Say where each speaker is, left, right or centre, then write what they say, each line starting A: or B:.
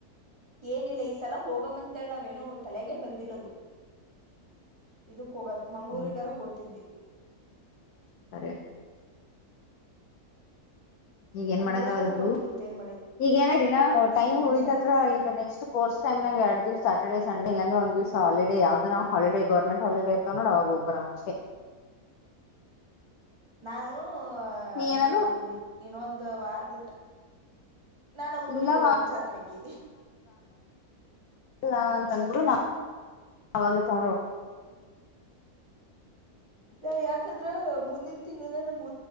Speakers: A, on the right; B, on the left.
A: ಏನಿಲ್ಲ ಈ ಸಲ ಹೋಗಮಂತೇಳ ನಾವೇನು ತಲೆಗೆ ಬಂದಿಲ್ಲದು ಇ ಹೋಗೋದ ಮಂಗ್ಳೂರಿಗಾರ
B: ಹ್ಮ್
A: ಹೋಗ್ತಿದ್ವಿ
B: ಸರಿ ಈಗ ಏನ್
A: ಅಲ್ಲಿ
B: ಮಾಡಾಕ್
A: ಊರಾಗಾರ
B: ಆಗಲ್ ಬಿಡು
A: ಹೋಗಿ ಕುಂತ ಏನ್
B: ಈಗ ಏನಿನ
A: ಮಾಡಿದ್ವಿ
B: ಟೈಮ್
A: ಮುಗ
B: ಉಳಿತಂದ್ರ
A: ಆಯ್ತು ಸೂಟಿನ
B: ಈಗ ನೆಕ್ಸ್ಟ್ ಕೋರ್ಸ್ ಟೈಮ್ನಾಗ ಎರಡು ದಿವ ಅಟೆಂಡೆನ್ಸ್ ಸ ಇಲ್ಲಾಂದ್ರೆ ಒಂದ್ ದಿವ್ಸ ಹಾಲಿಡೇ ಯಾವ್ದ ನಾವ್ ಹಾಲಿಡಡೆ ಗೌರ್ಮೆಂಟ್ ಹಾಲಿಡೇ ಇರ್ತವ ನೋಡ ಅವಾಗ ಹೋಗಬ್ರರ ಅಷ್ಟೆ
A: ನಾನು
B: ಏನಾನು
A: ಇದು ಇನ್ನೊಂದು ವಾರ್ ಬಿಟ್ಟ ನಾನ್ ನಮ್ಮ ಊರಿಗೆ
B: ಇಲ್ಲವಾ
A: ಹೋಗ್ಬೇಕು ಜಾತ್ರೆಗೆ
B: ಅಲ್ಲ ಅಂತಂದ್ಬಿಡು ನಾ ಅವಾಗೆ ತೊಂಡೋ
A: ಸ ಯಾಕಾದ್ರ ಮುಂದಿನ ತಿಂಗಳು ತರ ಮ